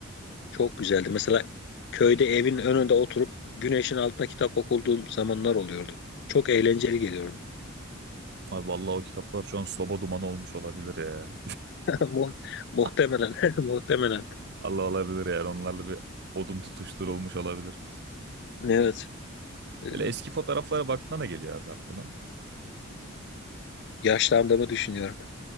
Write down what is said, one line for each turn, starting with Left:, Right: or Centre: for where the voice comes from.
Left: Çok güzeldi. Mesela köyde evin önünde oturup güneşin altında kitap okuduğum zamanlar oluyordu. Çok eğlenceli geliyordu.
Right: Abi vallahi o kitaplar şu an soba dumanı olmuş olabilir ya.
Left: <laughs> Mu-
Right: <laughs>
Left: Muhtemelen, <laughs> muhtemelen.
Right: Allah olabilir yani onlarla bir odun tutuşturulmuş olabilir.
Left: Evet, e,
Right: Böyle eski fotoğraflara baktığında ne geliyor abi aklına?
Left: yaşlandığımı düşünüyorum.